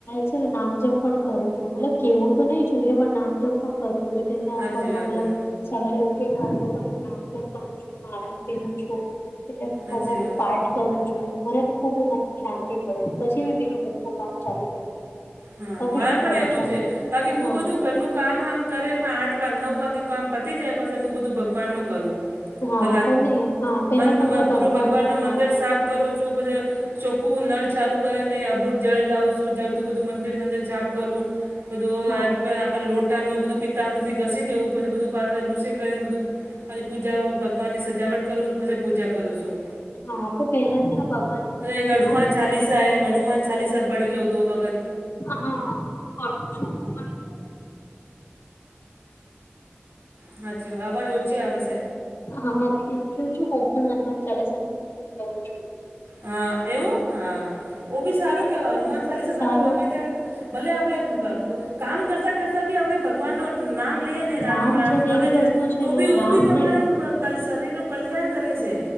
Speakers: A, on the left; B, on the right.
A: છે ને નામજપ પણ કરું છું મતલબ કેવું તો નહી જોઈએ પણ નામજપ પણ કરું છું એલે
B: સાચી
A: ગ મતલબ
B: વાત હે
A: સવારે ઉઠીને અડધો પક નામ જપ કરું છું માળા ફેરું છું એટલે હ
B: સાચી
A: ભગવાનનો
B: વાત
A: પાઠ
B: હે
A: કરું છું મને ખબ મને શાંતિ મળે છે પછી મે બીજું ગરું કામ ચાલુ કરું
B: હા
A: તમે
B: મારે
A: શું
B: પણ
A: કરો
B: એવું
A: છો
B: છે બાકી હું
A: હા
B: બધું ઘરનું કામ હામ કરે આઠ વાગ નવ વાગે કામ પ જાય પા હું બધું ભગવાન નું કરું
A: હા
B: કલાક
A: પણ નહી હા
B: મ
A: પેલા તમારે
B: પૂરો
A: ભગવાનનું
B: ભગવાન ન મંદિર
A: હા
B: સાફ કરું છું પછ ચોખ્ખું નળ ચાલુ કરીે ને અ બોટ જળ લાવ છું જળતું બધું મંદિર ર ચાપ કરું બધું
A: હા
B: લોટ હોય બધું પિતામ થી ઘસી દેવું પડ બધું પા લુ કરી ને બધું હછી પૂજા ભગવાનની સજાવટ કરું છું પછી પૂજા કરું છું
A: હા આપણે પેલા છે ને ભગવાનની પૂજા
B: એક
A: કરવાની
B: અનુમાન ચાલીસા એમ અનુમાન ચાલીસા પઢી લો દો વગત
A: હા પું છું હું પણ
B: સાાચી વા અવાજ ઓછી આવે છે
A: હા એમ કેવું છું હું પણ હનુમાન ચાલીસાને પાઠ કરું છું
B: હા એવું હા ઓ બી સારું કેવાય હનુમાન ચાલીસા
A: સારું
B: તમે ગમે તે ભલે આપણેે કામ કરતા કરતા બી આપણે ભગવાન ન નામ લઈએ ને
A: નામ
B: રામ રામ
A: જપ
B: ગમે
A: એવી વસ્તુ
B: તે
A: છે
B: તો
A: ને
B: બી ઓ
A: નામ
B: બી તમારે
A: નહી
B: શરીર ન કલ્યાણ કરે છે